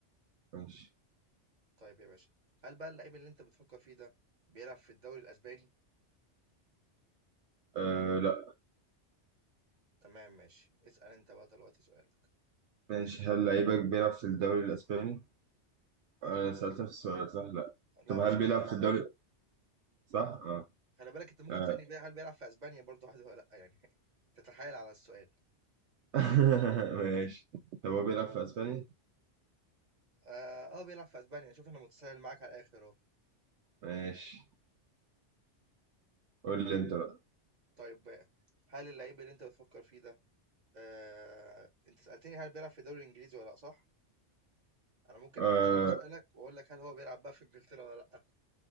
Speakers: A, on the right (about 75°); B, on the right (about 35°).
A: ماشي
B: طيب يا باشا، هل بقى اللعيب اللي أنت بتفكّر فيه ده بيلعب في الدوري الأسباني؟
A: أه لا
B: تمام ماشي، اسأل أنت بقى دلوقتي سؤالك.
A: ماشي هل لعيبك بيلعب في الدوري الاسباني؟ انا سألت نفس السؤال صح؟ لا
B: لأ،
A: طب
B: مش
A: هل
B: هتنفع،
A: بيلعب في الدوري صح؟ اه,
B: خلي بالك أنت ممكن
A: آه.
B: تسألني بقى هل بيلعب في أسبانيا برضه عادي والّا لأ يعني <laughs> تتحايل على السؤال.
A: <laughs> ماشي طب هو بيلعب في اسباني؟
B: آآ، آه بيلعب في أسبانيا، شوف أنا متساهل معاك على الآخر أهو.
A: ماشي قول لي انت بقى
B: طيب، بقى، هل اللعيب اللي أنت بتفكّر فيه ده آه، انت سألتني هل بيلعب في الدوري الانجليزي ولا لا صح انا ممكن
A: أه
B: اتحايل على سؤالك واقول لك هل هو بيلعب بقى في انجلترا ولا لا